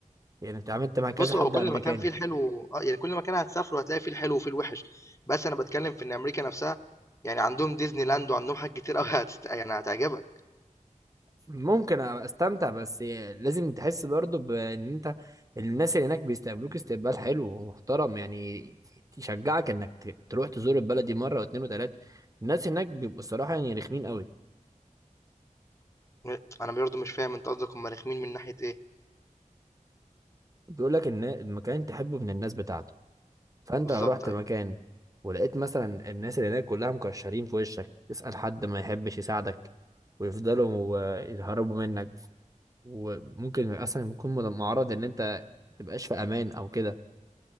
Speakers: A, on the right; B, on the left.
A: يعني انت عملت مع كذا
B: بص
A: حد
B: هو كل
A: امريكاني
B: مكان فيه الحلو اه يعني كل مكان هتسافره هتلاقي فيه الحلو وفيه الوحش بس انا بتكلم في ان امريكا نفسها يعني عندهم ديزني لاند وعندهم حاجات كتير قوي <laughs> هتست... يعني هتعجبك
A: ممكن أبقى استمتع بس لازم تحس برضو بان انت الناس اللي هناك بيستقبلوك استقبال حلو ومحترم يعني يشجعك انك ت- تروح تزور البلد دي مرة واتنين وتلاتة الناس هناك بيبقوا الصراحة يعني رخمين قوي
B: م أنا برضه مش فاهم أنت قصدك هم رخمين من ناحية إيه؟
A: بيقول لك ان المكان تحبه من الناس بتاعته فانت
B: بالضبط
A: لو رحت
B: أيوه،
A: مكان ولقيت مثلا الناس اللي هناك كلها مكشرين في وشك تسأل حد ما يحبش يساعدك ويفضلوا آه، يهربوا منك وممكن اصلا يكون مد- معرض ان انت متبقاش في امان او كده